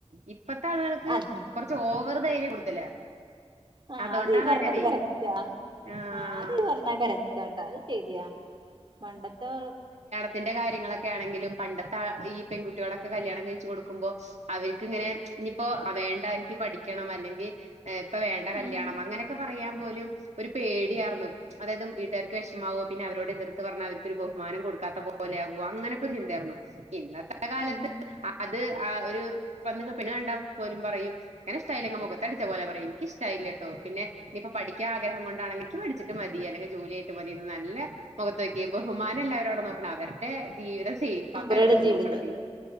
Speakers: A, on the right (about 75°); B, on the right (about 45°).
A: ഇപ്പത്തെ ആളുകൾക്ക്
B: അതെ
A: കൊറച്ച് ഓവർ ധൈര്യം കൂടുതലാ.
B: ആ
A: അതുകൊണ്ടാണ്
B: അത് നീ പറഞ്ഞത്
A: അങ്ങനെ
B: കറക്ട
A: ആഹ്
B: ആ അത് നീ പറഞ്ഞത് കറക്ടാ അത് ശെരിയാ പണ്ടത്തെ
A: ത്തിന്റെ കാര്യങ്ങളൊക്കെ ആണെങ്കിലും പണ്ടത്തെ ആ ഈ പെൺകുട്ടികളൊക്കെ കല്യാണം കഴിച്ചു കൊടുക്കുമ്പോ അവർക്ക് ഇങ്ങനെ ഇനിയിപ്പോ വേണ്ട എനിക്ക് പഠിക്കണം അല്ലെങ്കിൽ ഇപ്പൊ വേണ്ട കല്യാണം
B: ഉം
A: അങ്ങനെയൊക്കെ പറയാൻ പോലും ഒരു പേടിയായിരുന്നു. അതായത് വീട്ടുകാർക്ക് വിഷമമാവോ പിന്നെ അവരോട് എതിർത്ത് പറഞ്ഞാൽ അവർക്ക് ഒരു ബഹുമാനം കൊടുക്ക ക്കാത്ത പോലെ ആകോ അങ്ങനെയൊക്കെ ഒരു ചിന്തയായിരുന്നു ഇന്നത്തെ കാലത്ത്
B: ഉം
A: അത് ആ ഒരു വന്ന് ട്ട് പിന്നെ കണ്ടാ പോലും പറയും ഞാനിഷ്ട്ടായില്ലെങ്കിൽ മൊഖത്തടിച്ച പോലെ പറയും എനിക്ക് ഇഷ്ട്ടായില്ല ട്ടോ പിന്നെ ഇനിയിപ്പ പഠിക്കാ ആഗ്രഹം കൊണ്ട് ക്കണെങ്കും പഎനിക്ക്ഠിച്ചിട്ട് മതി അല്ലെങ്കിൽ ജോലി ആയിട്ട് മതിന്ന് നല്ല മൊഖത്ത് നോക്കി ബഹുമാനം അല്ല അവരവിടെ നോക്കണെ അവരുടെ ജീവിതം സേഫ് ആക്കാൻ
B: അവരുടെ
A: അവര്
B: ജീവിതം
A: നോക്കണത്